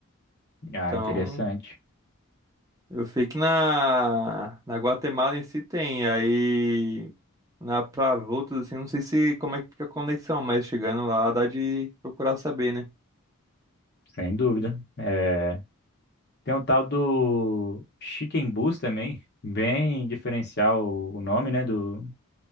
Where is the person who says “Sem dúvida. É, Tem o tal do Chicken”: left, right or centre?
Left